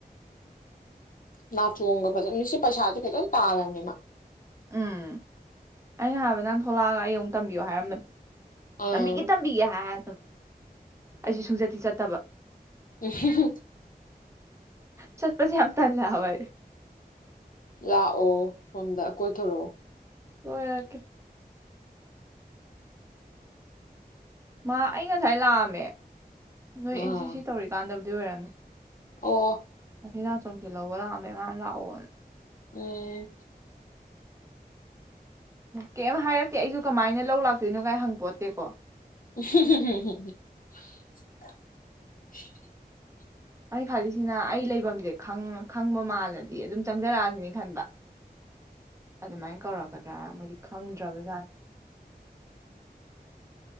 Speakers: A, on the left (about 60°); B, on the right (about 20°).
A: ꯉ ꯇꯣꯒ ꯐꯖ ꯃꯤꯁ ꯄꯁꯥꯇꯦ ꯐꯖ ꯇꯥꯂꯅꯤꯃ
B: ꯎꯝ ꯑꯩꯅ ꯍꯥꯏꯕ ꯅꯪ ꯊꯣꯛꯂꯛꯑꯒ ꯑꯩ ꯑꯃꯨꯛ ꯇꯝꯕꯤꯌꯣ ꯍꯥꯏꯔꯝꯕꯅꯦ
A: ꯑꯥ
B: ꯇꯝꯕꯤꯒꯤ ꯇꯝꯕꯤ ꯀ ꯍꯥꯏ ꯑꯩꯁꯨ ꯁꯨꯡꯆꯠꯇꯤ ꯆꯠꯇꯕ
A: ꯎꯝ
B: ꯆꯠꯄꯁꯤ ꯌꯥꯝꯝ ꯊꯜꯂ ꯍꯋꯥꯏ
A: ꯂꯥꯛꯑꯣ ꯁꯣꯝꯗ ꯀꯣꯏꯊꯣꯔꯛꯑꯣ
B: ꯑꯣꯏ ꯌꯥ ꯀ ꯃꯥ ꯑꯩ ꯉꯁꯥꯏ ꯂꯥꯛꯑꯝꯃꯦ ꯅꯣꯏ
A: ꯑꯥ
B: ꯑꯦꯟ ꯁꯤ ꯁꯤ ꯇꯧꯔꯤꯀꯥꯟꯗ ꯑꯗꯨꯗꯤ ꯑꯣꯏꯔꯅꯤ
A: ꯑꯣ
B: ꯑꯁꯤꯅ ꯆꯣꯝꯁꯤꯦ ꯂꯧꯕ ꯂꯥꯛꯑꯝꯃꯦ ꯃꯥꯅ ꯂꯥꯛꯑꯣꯅꯦ
A: ꯎꯝ
B: ꯀꯦꯝ ꯍꯥꯏꯌ ꯠꯇꯦ ꯑꯩꯁꯨ ꯀꯃꯥꯏꯅ ꯂꯧ ꯂꯥꯛꯇꯣꯏꯅꯣ ꯀꯥꯏ ꯍꯪꯄꯣꯠꯇꯦꯀꯣ
A: <unintelligible>
B: ꯑꯩ ꯈꯜꯂꯤꯁꯤꯅ ꯑꯩ ꯂꯩꯐꯝꯁꯦ ꯈꯪꯕ ꯃꯥꯜꯂꯗꯤ ꯑꯗꯨꯝ ꯆꯪꯖꯔꯛꯑꯁꯤꯅꯤ ꯈꯟꯕ ꯑꯗꯨꯃꯥꯏꯅ ꯀꯧꯔꯛꯀꯗ꯭ꯔꯥ ꯃꯣꯏꯗꯤ ꯈꯪꯗ꯭ꯔꯕ ꯖꯥꯠꯅꯤ